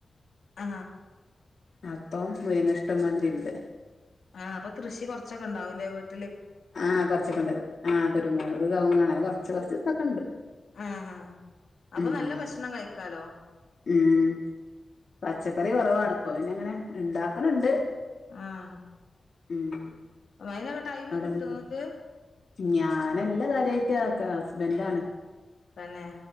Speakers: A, on the left; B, on the left.
A: ആ
B: അപ്പം മുരിങ്ങ ഇഷ്ടമാതിരി ഉണ്ട്.
A: ആഹ് അപ്പൊ കൃഷി കുറച്ചൊക്കെ ഉണ്ടാവ ലെ വി
B: ആഹ് കൊറച്ചൊക്കെണ്ട്, ആ കുരുമുളക്, കവങ്ങ അങ്ങനെ കൊറച്ച് തെക്കേയൊക്കെ ഉണ്ട്.
A: ആ ആ അപ്പൊ
B: ഉം
A: നല്ല ഭക്ഷണം കഴിക്കാലോ
B: ഉം പച്ചക്കറി കുറവാാണ്പ്പൊ പിന്നെ അങ്ങനെ ഇണ്ടാക്കണണ്ട്
A: ആഹ്
B: ഉം
A: അയിനൊക്കെ ടൈമ്
B: അവിടെന്താക്കാ
A: കിട്ടോ ഇങ്ങക്ക്
B: ഞാനെല്ലാ കാര്യായിട്ട് ക്കെ ഹസ്ബന്റാണ്
A: തന്നെ